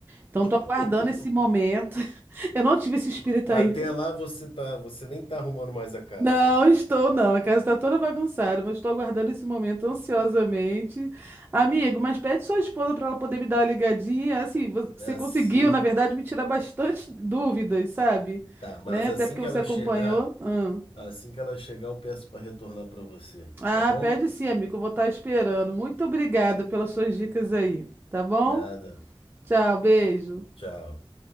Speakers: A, on the right; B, on the left.
A: Então, tô aguardando
B: <laughs>
A: esse momento. <laughs> Eu não tive esse espírito
B: Até
A: ainda.
B: lá você tá, você nem tá arrumando mais a casa.
A: Não, estou não. A casa está toda bagunçada, mas estou aguardando esse momento ansiosamente. Amigo, mas pede sua esposa para ela poder me dar uma ligadinha. Assim, você
B: Assim,
A: conseguiu, na verdade, me tirar bastante dúvidas, sabe?
B: tá. Mas
A: Né?
B: assim
A: Até porque
B: que
A: você
B: ela
A: acompanhou.
B: chegar,
A: Hum.
B: assim que ela chegar, eu peço para retornar para você,
A: Ah,
B: tá bom?
A: pede sim, amigo. Eu vou estar esperando. Muito obrigada pelas suas dicas aí, tá bom?
B: Nada.
A: Tchau, beijo.
B: Tchau.